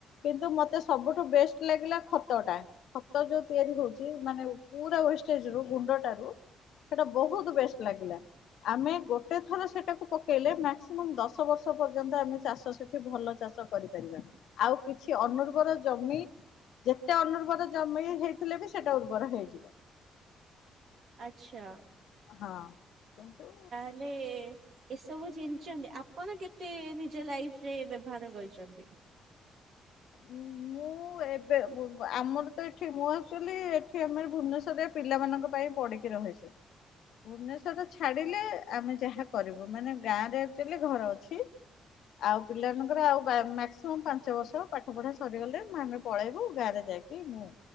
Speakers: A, on the left; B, on the right.
A: କିନ୍ତୁ ମୋତେ ସବୁଠୁ ବେଷ୍ଟ ଲାଗିଲା ଖତ ଟା। ଖତ ଯୋଉ ତିଆରି ହଉଚି ମାନେ ପୁରା ୱେଷ୍ଟେଜ ରୁ ଗୁଣ୍ଡ ଟାରୁ ସେଇଟା ବହୁତ ବେଷ୍ଟ ଲାଗିଲା। ଆମେ ଗୋଟେ ଥର ସେଟାକୁ ପକେଇଲେ ମାକ୍ସିମମ୍ ଦଶ ବର୍ଷ ପର୍ଯ୍ୟନ୍ତ ଆମେ ଚାଷ ସେ ଠି ଭଲ ଚାଷ କରିପାରିବା। ଆଉ କିଛି ଅନର୍ବର ଜମି ଯେତେ ଅନୁର୍ବର ଜମି ହେଇଥିଲେ ବି ସେଟା ଉର୍ବର ହେଇଯିବ।
B: ଆଚ୍ଛା।
A: ହଁ। କିନ୍ତୁ
B: <unintelligible> ଏସବୁ ଜିନଚନ୍ତି ଆପଣ କେତେ ନିଜ ଲାଇଫ ରେ ବ୍ୟବହାର କରିଚନ୍ତି?
A: ମୁଁ ମୁଁ ଏବେ ଉବ ଆମର ତ ଏଠି ମୁଁ ଆଚୁଆଲି ଏଠି ଆମର ଭୁବନେଶ୍ୱର ରେ ପିଲାମାନଙ୍କ ପାଇଁ ପଢ଼ିକି ରହିଚି। ଭୁବନେଶ୍ଵରରେ ଛାଡିଲେ ଆମେ ଯାହା କରିବୁ ମାନେ ଗାଁ ରେ ଆଚୁଲି ଘର ଅଛି। ଆଉ ପିଲାମାନଙ୍କର ଆଉ ମାକ୍ସିମମ୍ ପାଞ୍ଚ ବର୍ଷ ପାଠ ପଢା ସରିଗଲେ ଆମେ ପଳେଇବୁ। ଗାଁରେ ଯାଇକି ମୁଁ